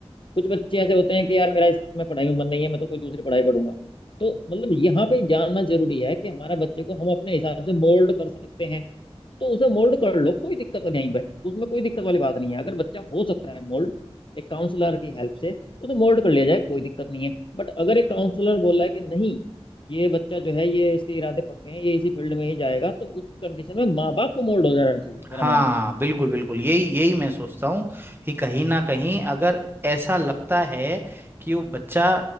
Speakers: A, on the left; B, on the right.
A: कुछ बच्चे ऐसे होते हैं कि यार मेरा इसमें पढ़ाई में मन नहीं है मैं तो कोई दूसरी पढ़ाई पढ़ूंगा तो मतलब यहाँ पे जानना जरूरी है कि हमारे बच्चे को हम अपने हिसाब से मोल्ड कर सकते हैं तो उसे मोल्ड कर लो कोई दिक्कत नहीं है उसमें कोई दिक्कत वाली बात नहीं है अगर बच्चा हो सकता है मोल्ड एक काउंसलर की हेल्प से उसे मोल्ड कर लिया जाए कोई दिक्कत नहीं है बट अगर एक काउंसलर बोला है कि नहीं ये बच्चा जो है ये इसके इरादे पक्के हैं ये इसी फील्ड में ही जाएगा तो उस कंडीशन में माँ बाप को मोल्ड हो जाना चाहिए
B: हाँ
A: मेरा मानना ये है।
B: बिल्कुल बिल्कुल यही यही मैं सोचता हूँ कि कहीं ना कहीं अगर ऐसा लगता है कि वो बच्चा